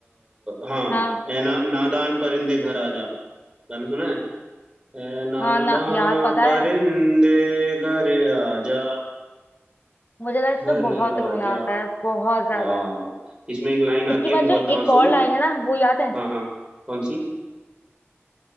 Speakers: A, on the right (about 20°); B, on the left (about 45°).
A: हाँ
B: हाँ
A: ए ना, नादान परिंदे घर आजा गाना सुना है ए नादान
B: हाँ ना यार पता
A: परिंदे
B: है
A: घर आजा
B: मुझे ना इस
A: घर
B: पे बहुत
A: आजा
B: रोना आता है बहुत ज्यादा
A: हाँ इसमें एक लाइन आती
B: इसके
A: है
B: बाद
A: बहुत
B: जो
A: धांसू
B: एक और लाइन है ना वो याद है
A: हाँ हाँ कौन सी